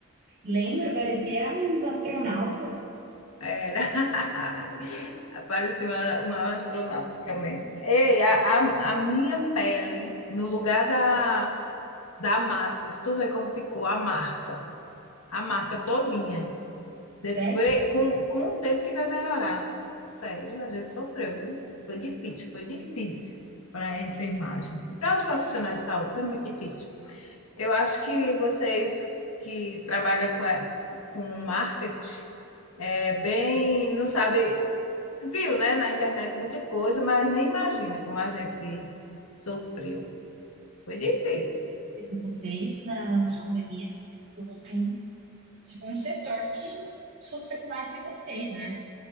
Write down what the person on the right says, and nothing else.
lembro, parecia uns astronautas,
sério,
de vocês na, na pandemia. tipo um, tipo um setor que sofreu mais que vocês, né?